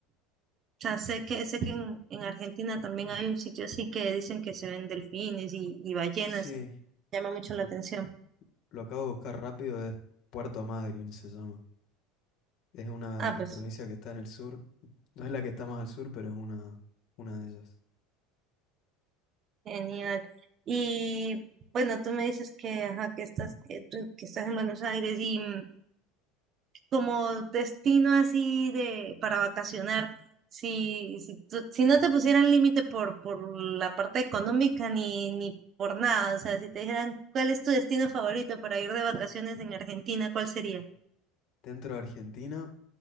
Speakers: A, on the right (about 40°); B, on the left (about 55°).
A: ya sé que sé que en, en Argentina
B: <clears throat>
A: también hay un sitio así que dicen que se ven delfines y, y ballenas.
B: Sí,
A: Llama mucho la
B: lo
A: atención.
B: lo acabo de buscar rápido, es Puerto Madryn se llama. Es una
A: Ah,
B: de las
A: pues.
B: provincias que está en el sur No es la que está más al sur, pero es una, una de ellas.
A: Genial. Y bueno, tú me dices que, ajá, que estás, que, tú- que estás en Buenos Aires y mm, como destino así de para vacacionar, si, si, tú- si no te pusieran límite por, por la parte económica ni, ni por nada, o sea, si te dijeran cuál es tu destino favorito para ir de vacaciones en Argentina, ¿cuál sería?
B: Dentro de Argentina,